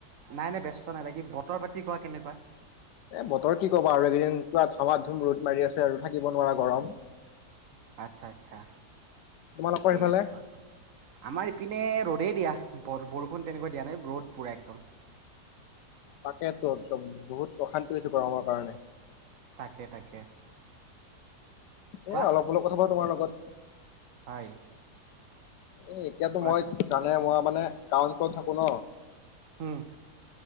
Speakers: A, on the right; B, on the left.
A: নাই- নাই ব্যস্ত নাই, বাকী বতৰ পাতি কোৱা কেনেকুৱা?
B: এ বতৰ কি ক'বা আৰু এইকেইদিন পুৰা ধামা ধুম ৰ'দ মাৰি আছে আৰু থাকিব নোৱাৰা গৰম।
A: আচ্ছা, আচ্ছা,
B: তোমালোকৰ
A: ঠিকেই
B: সেইফালে
A: আছে বাৰু। আমাৰ ইপিনে ৰ'দেই দিয়া। বৰ-বৰষুণ তেনেকৈ দিয়া নাই, এই ৰ'দ পুৰা একদম।
B: তাকে তো, একদম বহুত অশান্তি হৈছে গৰমৰ কাৰণে।
A: তাকে, তাকে। কোৱা
B: এ অলপ -অলপ কথা পাতো তোমাৰ লগত।
A: হয়।
B: এ এতিয়াতো
A: কোৱাচোন
B: মই জানাই, মই মানে গাঁও অঞ্চলত থাকো ন।
A: উম।